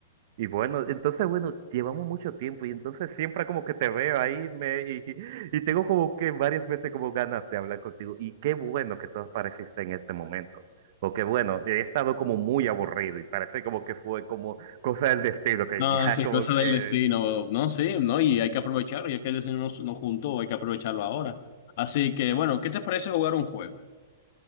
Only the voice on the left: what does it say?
No,
es el
cosa
del destino. No, sí, no, y hay que aprovecharlo, ya que el destino nos, nos juntó, hay que aprovecharlo ahora. Así que, bueno, ¿qué te parece jugar un juego?